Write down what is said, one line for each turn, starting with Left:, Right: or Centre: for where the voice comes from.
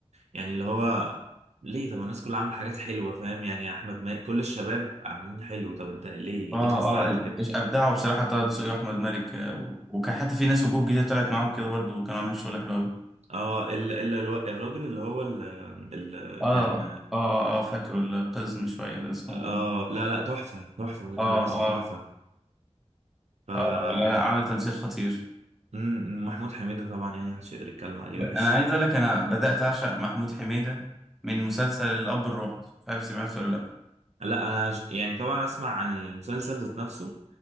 Right: يعني اللي هو ليه طب الناس كلها عامله حاجات حلوة فاهم يعني يا احمد ماهر كل الشباب عاملين حلو طب انت ليه
Centre: اه
Right: ليه خستعت
Centre: اه
Right: كده
Centre: إيش ابدعوا بصراحه طه دسوقي واحمد مالك آه، و- وكان حتى في ناس وجوه جديده طلعت معاهم كده برضو وكانوا عاملين شغل حلو قوي
Right: اه ال ال الو- الراجل اللي هو ال- اللي
Centre: اه
Right: كان
Centre: اه اه فاكره القزم شويه ده اسمه
Right: اه لا لا تحفة تحفة وكان
Centre: اه
Right: بيمثل
Centre: اه
Right: تحفة ف
Centre: اه آه، لا لا عمل تمثيل خطير
Right: مم، محمود حميدة طبعا يعني محدش يقدر يتكلم عليه وحش
Centre: انا عايز اقول لك انا بدات اعشق محمود حميده من مسلسل الاب الروحي مش عارف سمعته ولا لا
Right: لا انا ش- يعني طبعا اسمع عن المسلسل ذات نفسه